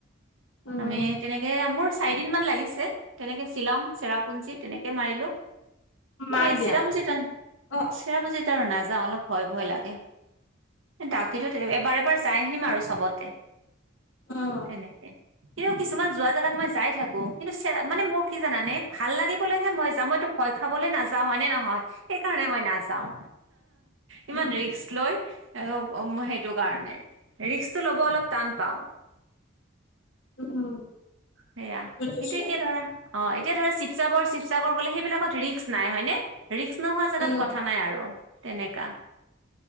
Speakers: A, on the left; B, on the right.
A: উম,
B: আমি কেনেকে এয়া মোৰছ চাৰিদিন মান লাগিছে তেনেকে শ্বিলং, চেৰাপুঞ্জী তেনেকে মাৰিলো।
A: মাক
B: এই
A: দিয়া
B: চিৰামজিতান
A: অ',
B: চেৰাপুঞ্জীত আৰু নাযাওঁ। অলপ ভয় ভয় লাগে। ডাউকিটোত এ এবাৰ এবাৰ যাই আহিম আৰু চবতে।
A: অ-অ।
B: তেনেকে কিন্তু কিছুমান যোৱা জেগাত মই যাই থাকো। কিন্তু শ্বি চেৰা মানে মোৰ কি জানানে? ভাল লাগিবলৈহে মই যাওঁ মইটো ভয় খা খাবলৈ নাযাওঁ হয় নে নহয়? সেইকাৰণে মই নাযাওঁ। ইমান
A: উম,
B: ৰিস্ক লৈ আক' ঔম সেইটো কাৰণে, ৰিক্সটো ল'ব অলপ টান পাওঁ।
A: উম।
B: সেয়া
A: বুজিছোঁ।
B: কিন্তু এতিয়া ধৰা, অ, এ। এতিয়া ধৰা শিৱসাবৰ, শিৱসাগৰ গ'লে সেইবিলাকত ৰিক্স নাই হয়নে? ৰিক্স নোহোৱা জেগাত
A: উম
B: কথা নাই আৰু তেনেকা।